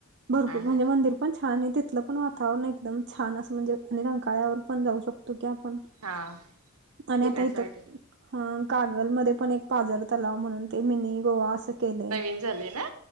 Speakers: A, on the right; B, on the right.
A: भरपूर
B: हा
A: म्हणजे
B: हा
A: मंदिर- पण छान आहे, तिथलं पण वातावरण एकदम छान असं म्हणजे आणि रंकाळ्यावर पण जाऊ शकतो की आपण-
B: हा
A: आणि
B: फिरण्यासाठी
A: आता इथं, हा. का- कागलमध्ये पण एक पाजर तलाव म्हणून, ते मिनी गोवा असं केलंय.
B: <unintelligible> झालंय ना.